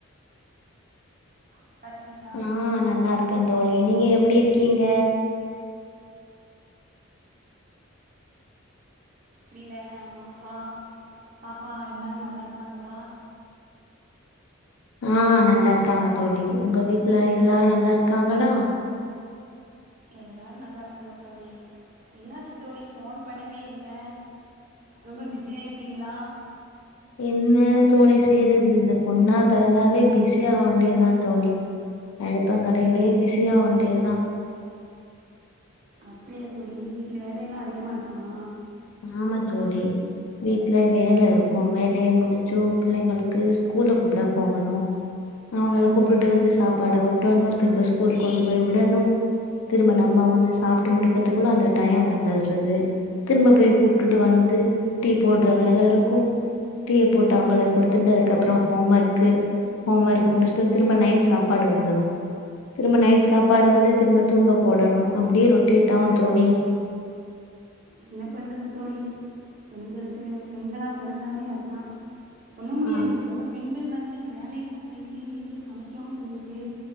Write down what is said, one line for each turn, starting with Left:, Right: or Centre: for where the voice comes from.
Right: நல்லா இருக்கீங்களா
Left: ம் நல்லா இருக்கேன் தோழி நீங்க எப்டி இருக்கீங்க
Right: வீட்ல் அம்மா அப்பா பாப்பா எல்லாம் நல்லாருக்காங்களா
Left: ஆ நல்லா இருக்காங்க தோழி உங்க வீட்டுல எல்லாரும் நல்லா இருக்காங்களா
Right: எல்லாரும் நல்லாருக்காங்க தோழி என்னாச்சு தோழி ஃபோன் பண்ணவே இல்லை. ரொம்ப பிஸி ஆயிட்டீங்களா?
Left: என்ன தோழி செய்யறது இந்த பொண்ணா பிறந்தாலே பிஸியாக வேண்டியது தா தோழி அடுப்பங்கரையிலயே பிஸியா வேண்டியதுதா
Right: அப்படியா தோழி வீட்டுல வேலையெல்லா அதிகமா இருக்குமா?
Left: ஆமா தோழி வீட்டுல வேல இருக்கு வேலைய முடிச்சு பிள்ளைங்களுக்கு ஸ்கூல கூப்பட போகணு அவங்கள கூப்டுட்டு வந்து சாப்பாட ஊட்டணு திரும்ப ஸ்கூல் கொண்டு போய் விடணு திரும்ப நம்ம வந்து சாப்ட்டு முடிக்கறதுக்குள்ள அந்த டையோ வந்துருது திரும்ப போய் கூப்ட்டுட்டு வந்து டீ போடுற வேல இருக்கு டீ போட்டு அவங்களுக் குடுத்துட்டதுக்கு அப்பறோ ஹோம் ஒர்க்கு ஹோம் ஒர்க் முடிஷ்ட்டு திரும்ப நைட் சாப்பாடு வந்துரு திரும்ப நைட் சாப்பாடு வந்து திரும்ப தூங்க போடணு அப்டே ரொட்டேட் ஆவு தோழி
Right: என்ன பண்றது தோழி பெண்களுக்கு பெண்களா பிறந்தாலே அதுதா சொல்ல முடியாது
Left: ஆ
Right: சில பெண்கள் வந்து வேலைக்கு போயிட்டு வீட்டுல சமைக்கவு செஞ்சுட்டு